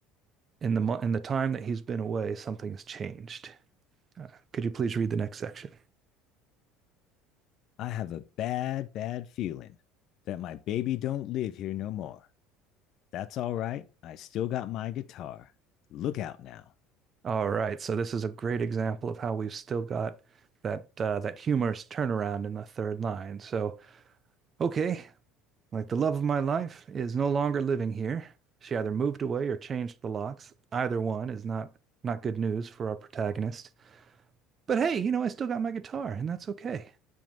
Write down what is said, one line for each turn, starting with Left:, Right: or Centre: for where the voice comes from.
Right: in the in the time that he's been away, something has changed. Uh, could you please read the next section?
Left: I have a bad bad feeling that my baby don't live here no more. That's all right. I still got my guitar. Look out now.
Right: All right, so this is a great example of how we've still got that uh, that humorous turnaround in the third line. So okay, Like the love of my life is no longer living here. She either moved away or changed the locks. Either one is not not good news for our protagonist. But hey, you know, I still got my guitar, and that's okay.